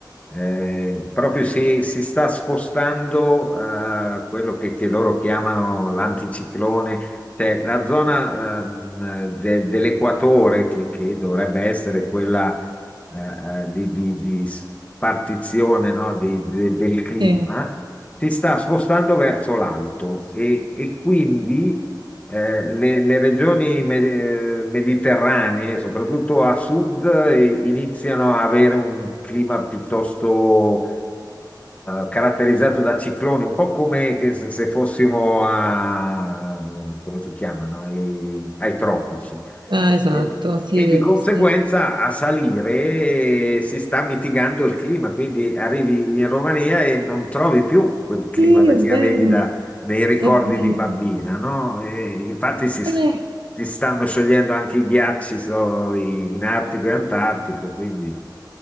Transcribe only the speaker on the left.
eh, proprio si, si sta spostando a quello che, che loro chiamano l'anticiclone, cioè la zona ehm, de- dell'equatore che che dovrebbe essere quella eh, eh, di, di- di partizione, no, di- de- del clima,
si sta spostando verso l'alto e, e quindi eh, le, le regioni me- eh, mediterranee, soprattutto a sud, eh, iniziano a avere un clima piuttosto eh, caratterizzato da cicloni, un po' come che se, se fossimo a, come si chiamano, ai, ai tropici.
E
e di conseguenza
a salire eh, si sta mitigando il clima, quindi arrivi in Romania e non trovi più quel clima
da-
che
avevi da- nei ricordi
di bambina, no? E infatti si, s-
si stanno sciogliendo anche i ghiacci so, i- in Artico e Antartico, quindi